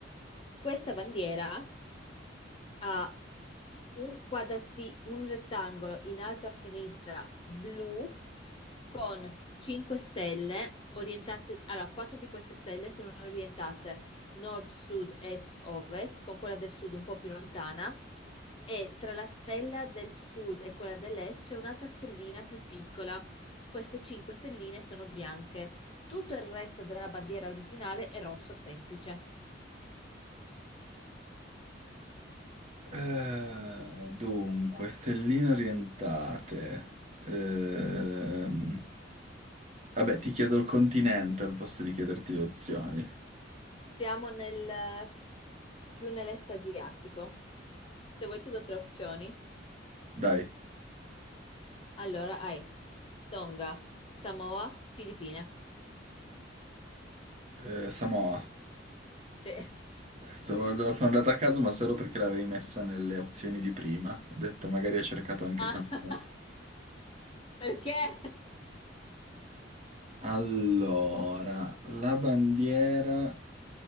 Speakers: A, on the left (about 30°); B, on the right (about 35°).
A: questa bandiera ha un quadrati- un rettangolo in alto a sinistra blu con 5 stelle orientate, allora 4 di queste stelle sono orientate nord, sud, est, ovest, con quella del sud un po' più lontana e tra la stella del sud e quella dell'est c'è un'altra stellina più piccola. Queste 5 stelline sono bianche. Tutto il resto della bandiera originale è rosso semplice.
B: Eh, dunque, stelline orientate. Ehm, vabbè, ti chiedo il continente al posto di chiederti le opzioni.
A: Siamo nel, più nell'est asiatico. Se vuoi ti do tre opzioni.
B: Dai,
A: Allora hai Tonga, Samoa, Filippine.
B: eh, Samoa.
A: Sì.
B: Sono,
A: <laughs>
B: no, sono andato a caso, ma solo perché l'avevi messa nelle opzioni di prima. Ho detto, magari ha cercato anche
A: Ah,
B: Samoa.
A: perché?
B: Allora, la bandiera